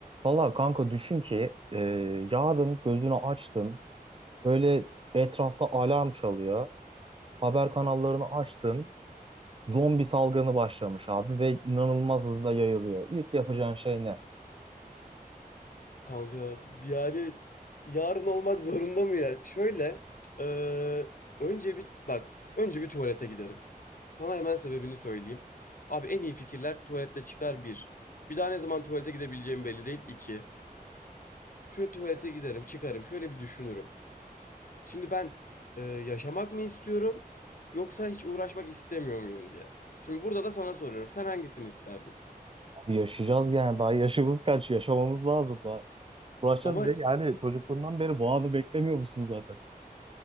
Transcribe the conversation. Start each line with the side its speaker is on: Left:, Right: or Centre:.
Right: Valla kanka düşün ki e, yarın gözünü açtın böyle etrafta alarm çalıyor. Haber kanallarını açtın. Zombi salgını başlamış abi ve inanılmaz hızla yayılıyor. İlk yapacağın şey ne?
Left: Kanka yani yarın olmak zorunda mı ya? Şöyle e, önce bir bak önce bir tuvalete giderim. Sana hemen sebebini söyleyeyim. Abi en iyi fikirler tuvalette çıkar bir. Bir daha ne zaman tuvalete gidebileceğim belli değil iki. Şöyle tuvalete giderim çıkarım şöyle bir düşünürüm. Şimdi ben e, yaşamak mı istiyorum yoksa hiç uğraşmak istemiyor muyum diye. Şimdi burada da sana soruyorum. Sen hangisini isterdin?
Right: Abi yaşayacağız yani daha yaşımız kaç yaşamamız lazım daha. Uğraşacağız
Left: Ama
Right: ve
Left: <laughs>
Right: yani çocukluğundan beri bu anı beklemiyor musun zaten?